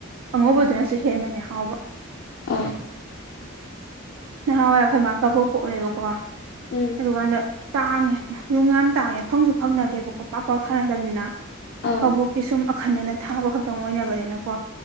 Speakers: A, on the right; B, on the left.
A: ꯑꯉꯧꯕꯗꯨꯅꯁꯨ ꯍꯦꯟꯕꯅꯦ ꯍꯥꯎꯕ
B: ꯑꯣ
A: ꯅꯍꯥꯟꯋꯥꯏ ꯑꯩꯈꯣꯏ ꯃꯥ ꯀꯕꯣꯛ ꯄꯣꯛꯑꯦꯕꯀꯣ
B: ꯎꯝ
A: ꯑꯗꯨꯀꯥꯟꯗ ꯇꯥꯡꯉꯦ ꯌꯣꯡ ꯌꯥꯝ ꯇꯥꯡꯉꯦ ꯐꯪꯁꯨ ꯐꯪꯅꯗꯦꯕꯀꯣ ꯄꯥꯛ ꯄꯥꯛ ꯊꯥꯅꯗꯕꯅꯤꯅ
B: ꯑꯥ
A: ꯀꯕꯣꯛꯀꯤ ꯁꯨꯝ ꯑꯈꯟꯅꯅ ꯊꯥꯕ ꯈꯛꯇꯪ ꯑꯣꯏꯅꯕꯅꯤꯅꯀꯣ